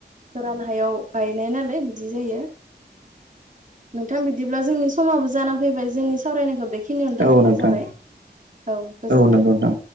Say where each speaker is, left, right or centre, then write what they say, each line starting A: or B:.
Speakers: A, on the right (about 45°); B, on the right (about 80°).
A: गोरान हायाव गायनाय नालाय बिदि जायो। नोंथां बिदिब्ला जोंनि समाबो जाना फैबाय जोंनि सावरायनायखौ बेख खिनियावनो दोनथ'नाय
B: औ नोंथां
A: जाबाय औ गोजोन्थों
B: नंगौ नोंथां